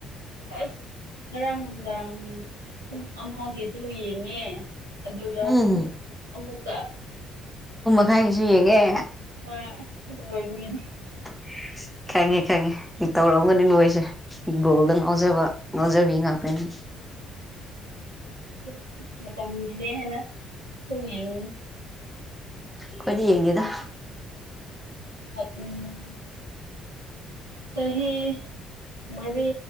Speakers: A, on the right (about 80°); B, in the centre.
A: ꯑꯁ ꯉꯔꯥꯡ ꯅꯨꯡꯗꯥꯡ ꯄꯨꯡ ꯑꯃꯒꯤꯗꯨ ꯌꯦꯡꯉꯦ ꯑꯗꯨꯒ
B: ꯎꯝ
A: ꯑꯃꯨꯛꯀ
B: ꯉꯥꯏꯒꯤꯁꯨ ꯌꯦꯡꯉꯦ
A: ꯍ ꯑꯗꯨ ꯑꯣꯏꯕꯒꯤꯅꯤ
B: <inaudible> ꯈꯪꯉꯦ ꯈꯪꯉꯦ ꯇꯧꯔꯝꯒꯅꯤ ꯅꯣꯏꯁꯦꯠꯕꯣꯜꯗ ꯉꯥꯎꯖꯕ ꯉꯥꯎꯖꯕꯤ ꯉꯥꯛꯇꯅꯤ <inaudible>
A: ꯑꯗꯨꯝ ꯃꯇꯝꯅꯦ ꯍꯥꯏꯦꯅ ꯊ ꯌꯦꯡꯅꯤ
B: ꯀꯣꯏꯗꯤ ꯌꯦꯡꯒꯦꯗ
A: ꯎꯝ ꯆꯍꯤ ꯃꯔꯤ